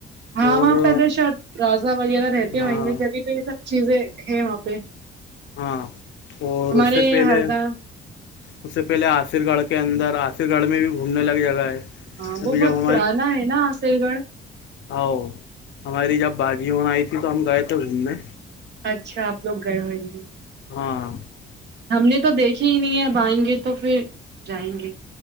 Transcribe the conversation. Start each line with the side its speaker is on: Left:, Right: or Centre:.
Right: ہاں
Left: اور
Right: وہاں پہلے شاید رضہ وغیرہ رہتے
Left: ہاں
Right: ہوئیں گے جبھی تو یہ سب چیزیں ہیں وہاں پہ
Left: ہاں اور
Right: ہمارے
Left: اس سے پہلے
Right: ہردا
Left: اس سے پہلے آصر گڑھ کے اندر آصر گڑھ میں بھی گھومنے ل جگہ ہے
Right: ہاں وہ
Left: ابھی جب
Right: بہت پرانا ہے نا عصل گڑھ
Left: ہ ہماری جب بازی ہو آئی تھی تو ہم گئے تھے گومنے
Right: اچھا آپ لوگ گئے ہوئیں گے
Left: ہاں <inaudible>
Right: ہم نے تو دیکھے ہی نہیں ہے اب آئیں گے تو پھر جائیں گے